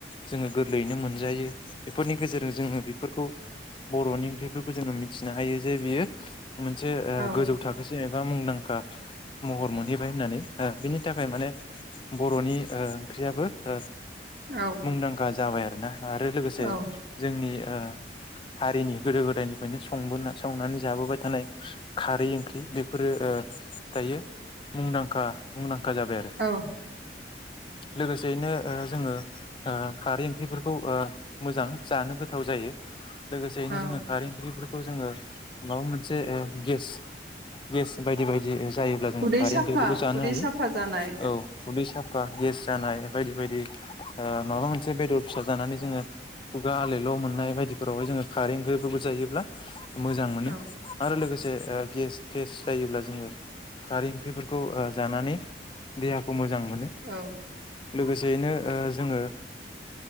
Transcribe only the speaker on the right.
औ
औ
औ
औ
औ
उदै
साफा
उदै
साफा जानाय
औ
औ